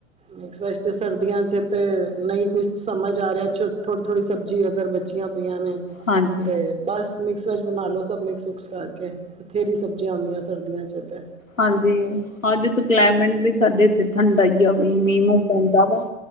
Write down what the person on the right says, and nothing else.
ਮਿਕਸ ਵੈਜ ਤੇ ਸਰਦੀਆਂ ਚ ਤੇ ਨਹੀਂ ਕੁਛ ਸਮਝ ਆ ਰਿਹਾ ਥੋੜੀ ਥੋੜ੍ਹੀ ਸਬਜ਼ੀ ਅਗਰ ਬਚ ਬੱਚਿਆਂ ਪਈਆਂ ਨੇ
ਤੇ ਬਸ ਮਿਕਸ ਵੈੱਜ ਬਣਾ ਲਓ ਸਭ ਮਿਕਸ ਉਕਸ ਕਰਕੇ ਬਥੇਰੀ ਸਬਜ਼ੀਆਂ ਆਉਂਦੀਆਂ ਸਰਦੀਆਂ 'ਚ ਅਤੇ